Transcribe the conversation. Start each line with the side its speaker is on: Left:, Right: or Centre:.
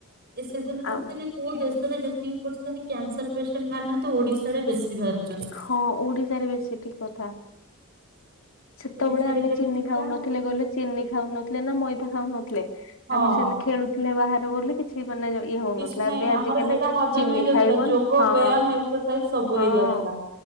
Right: ଏ ସେଦିନ ଦେଖୁଥିଲି
Left: ଆ
Right: କୋଉ ଦେଶରେ ଯେତିକି ପର୍ସେଣ୍ଟ କ୍ୟାନସର ପେସେଣ୍ଟ ବାହାରୁନାହାନ୍ତି ଓଡିଶାରେ ବେଶୀ ବାହାରୁଛନ୍ତି।
Left: ହଁ ଓଡିଶାରେ ବେଶୀ ଠିକ କଥା। ସେତେବେଳେ
Right: ଓଡିଶାରେ
Left: ଆମେ
Right: ବେଶୀ
Left: ଚିନି
Right: ଚାନ୍ସ
Left: ଖାଉନଥିଲେ କହିଲେ ଚିନି ଖାଉନଥିଲେ ନା ମଇଦା ଖାଉନଥିଲେ
Right: ହଁ।
Left: ଆମେ ସେନି ଖେଳୁଥିଲେ ବାହାରେ ବୋଲି କିଛି ମାନେ ଯ ଇଏ ହଉନଥିଲା
Right: କିଛି ନାହିଁ
Left: ଏବେ
Right: ଆମର
Left: ଆଜିିକାଲି
Right: ସେଇଟା ହଜମ
Left: ଚିନି
Right: ହେଇଯାଉଥିଲା
Left: ଖାଇବନି
Right: ଯୋଗ
Left: ହଁ
Right: ବ୍ୟାୟାମ ଏକ୍ସରସାଇଜ ସବୁ
Left: ହଁ।
Right: ହେଇଯାଉଥିଲା।